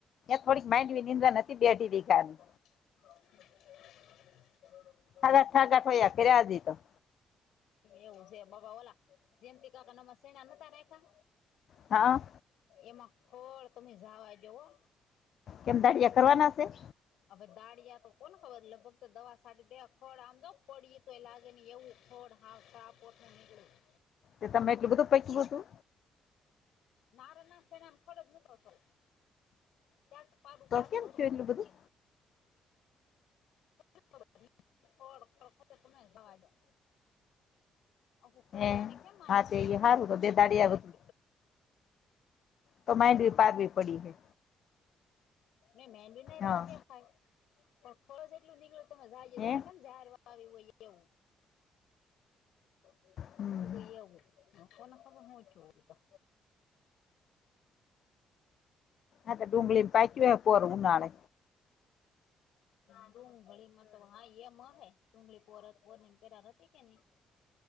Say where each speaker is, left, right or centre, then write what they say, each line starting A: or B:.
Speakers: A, on the left; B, on the left.
A: થોડીક માઇન્ડ નિંદ્ર નથી બે દી દેખાની.
B: <inaudible>
A: હલ્યા ઠાગા કર્યા દી તો.
B: એવું છે બાબા ઓલા જેમથી કાકા નામાં સેણા નતા રાખા.
A: હા.
B: એમાં ખોળ તમે જવા દયો હો.
A: કેમ દાડિયા કરવાના હશે.
B: હવે દાળિયા તો કોણ ખબર લગભગ દવા સા દેવા ખોળ આમજો પડી તો એ લાગે હી એવું ખોળ. હાવસા પોટ નહીની <inaudible>
A: તો તમે એટલું બધું પૈકવુ હતું.
B: નારે એ ના સેણામ કળ ન હતો. ત્યાર પાબૂ
A: તો
B: પાબૂ
A: કેમ
B: હોરું.
A: થયું એટલું બધું
B: <inaudible> ખળ ખળતે તમે એ જાવા દો. આખું ખેતર
A: હે
B: એને કેમ આવો
A: હા તે
B: પે-
A: ઈ હારું બધે બે દાડિયા
B: પેળાય
A: વધુ. તો માડવી પારવી પડી હૈ.
B: નહીં મેંદી નહીં રાહ
A: હા
B: દેખાય. તો ખોઝ એટલું નીકળતું હોય જાઈ એ
A: હે
B: જાણે કેમ જાહેર <inaudible> આવી હોય એવું <inaudible>
A: હમ
B: એમ તો કઈ એવું હહ કોને હવ હું થયું ઈ ત <inaudible>
A: આત ડુંગળીને પાકી હોય પોર ઉનાળે.
B: ડુંગળીમાં તો હા એમ હએ ડુંગળી પોર પોરની પેરાર હતી કે નઈ?